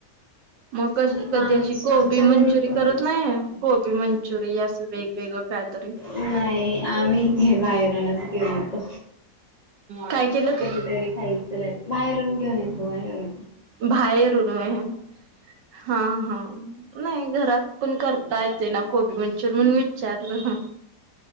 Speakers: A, on the right; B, on the left.
A: मग क
B: आणि नॉनव्हेज
A: कधी अशी कोबी
B: आमच्या घरी
A: मंचुरी
B: कोणीच
A: करत नाहीय. कोबी मंचचुरिया अस वेगवेगळं. कायतरी
B: नाही आम्ही ते बाहेर येऊन घेऊन येतो.
A: काय केलं का
B: कधीतरी खायचं रे बाहेरुन घेऊन येतो बाहेरून.
A: बाहेरून म हा हा नाही घरात पण करता येते ना कोबी चिरून म्हण विचारलं.